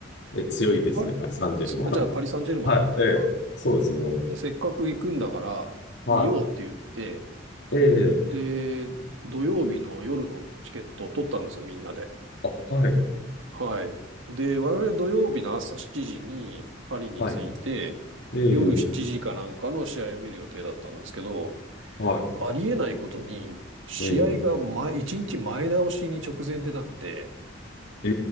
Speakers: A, on the left (about 65°); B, on the right (about 85°).
A: え、強いですね、
B: パ
A: パリ・サンジェルマン。
B: つじゃあパリ・サンジェルマンで合ってんのか。
A: はい、ええ、そうですね。
B: で、せっかく行くんだから、
A: は
B: 見ようって言って、
A: い、ええ、
B: で、土曜日の夜のチケットを取ったんですよ、みんなで。
A: あ、はい、
B: はい。で、我々土曜日の朝7時にパリに着いて、
A: はい、ええ、
B: 夜7時かなんかの試合を見る予定だったんですけど、
A: は
B: ありえないことに、試合が前、
A: い、ええ、
B: 1日前倒しに直前でなって、
A: え